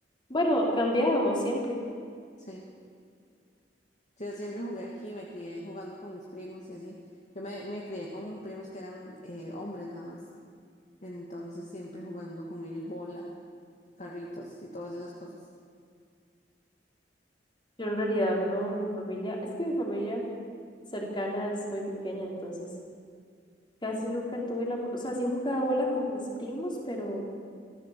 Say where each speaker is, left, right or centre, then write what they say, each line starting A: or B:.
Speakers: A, on the left (about 25°); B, on the left (about 45°).
A: bueno, cambiábamos siempre.
B: sí. Yo siempre jugué aquí, me crié jugando con mis primos y así. Yo me, me crié con primos que eran eh, hombres nada más. Entonces siempre jugando con ellos bola, carritos y todas esas cosas.
A: Yo en realidad no, mi familia, es que mi familia cercana es muy pequeña, entonces casi nunca tuve la, o sea, sí jugaba bola con mis primos, pero